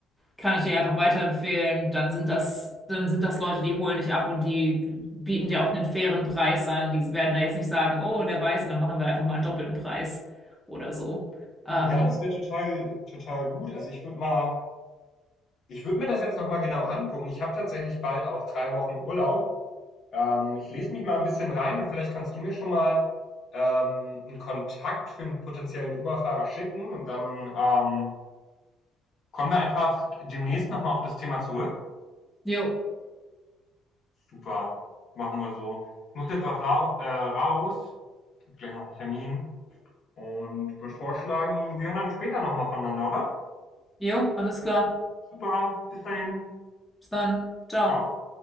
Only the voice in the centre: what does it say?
kann ich dir einfach weiterempfehlen. Dann sind das, dann sind das Leute, die holen dich ab und die bieten dir auch einen fairen Preis an. Die werden da jetzt nicht sagen, oh, der weiße dann machen wir einfach mal einen doppelten Preis oder so. Ähm,
jo,
jo, alles klar.
Bis dann. Ciao.